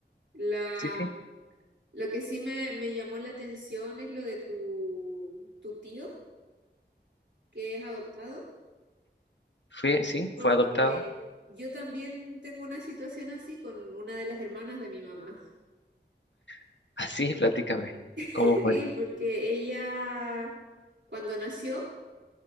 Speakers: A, on the right; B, on the left.
A: La,
B: Sí, sí.
A: lo que sí me, me llamó la atención es lo de tu, tu tío, que es adoptado,
B: Fui, sí,
A: porque
B: fue adoptado.
A: yo también tengo una situación así con una de las hermanas de mi mamá.
B: <laughs> Así, platícame. ¿Cómo
A: Sí,
B: fue?
A: porque ella, cuando nació,